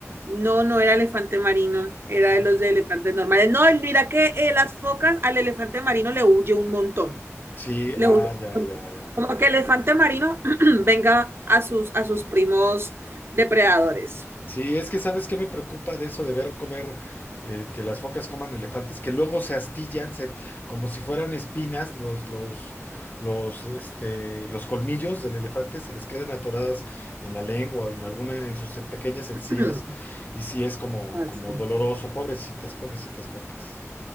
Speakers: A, on the right; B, on the left.
A: no, no era elefante marino, era
B: Ah.
A: de los de elefantes normales. No, y mira que eh, las focas al elefante marino le huye un montón,
B: Sí,
A: le
B: ah,
A: huye
B: ya,
A: un
B: ya,
A: montón.
B: ya.
A: Como que el elefante marino <clears throat> venga a sus, a sus primos depredadores.
B: Sí, es que sabes qué me preocupa de eso de ver comer, eh, que las focas coman elefantes, que luego se astillan, se- como si fueran espinas, los, los, los, este, los colmillos del elefante se les quedan atoradas en la lengua, o en alguna, en sus pequeñas encías,
A: <clears throat>
B: y sí es como,
A: Así.
B: como doloroso, pobrecitas, pobrecitas focas.